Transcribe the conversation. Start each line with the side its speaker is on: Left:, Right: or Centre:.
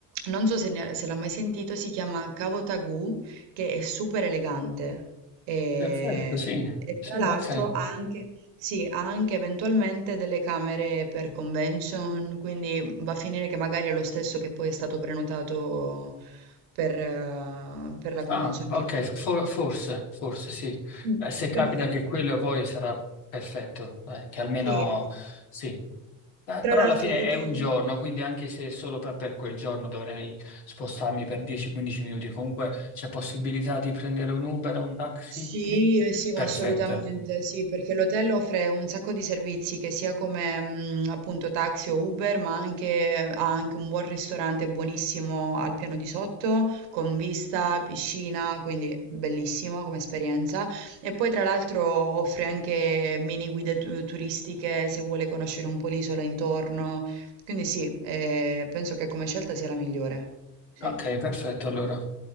Right: non so se, ne- se l'ha mai sentito, si chiama Cavo Tagù, che è super elegante e,
Left: Perfetto, sì,
Right: e
Left: sì,
Right: tra l'altro
Left: ok.
Right: ha anche, sì, ha anche eventualmente delle camere per convention, quindi va a finire che magari è lo stesso che poi è stato prenotato per, eh, per la convention
Left: Ah, ok,
Right: che lì.
Left: for- forse, forse sì.
Right: Mm, mm,
Left: Eh, se capita
Right: Perfetto.
Left: che quello poi sarà perfetto, dai, che almeno
Right: Sì,
Left: sì. Eh,
Right: tra
Left: però
Right: l'altro
Left: alla fine
Right: l'hotel
Left: è un giorno, quindi anche se solo per, per quel giorno dovrei spostarmi per 10-15 minuti, comunque c'è possibilità di prendere un Uber o un taxi
Right: sì,
Left: lì?
Right: eh, sì, ma
Left: Perfetto.
Right: assolutamente sì, perché l'hotel offre un sacco di servizi che sia come mm, appunto taxi o Uber, ma anche, ha anche un buon ristorante buonissimo al piano di sotto, con vista, piscina, quindi bellissimo come esperienza. E poi tra l'altro offre anche mini guide tu- turistiche se vuole conoscere un po' l'isola intorno. Quindi sì, eh, penso che come scelta sia la migliore. Sì.
Left: Ok, perfetto, allora.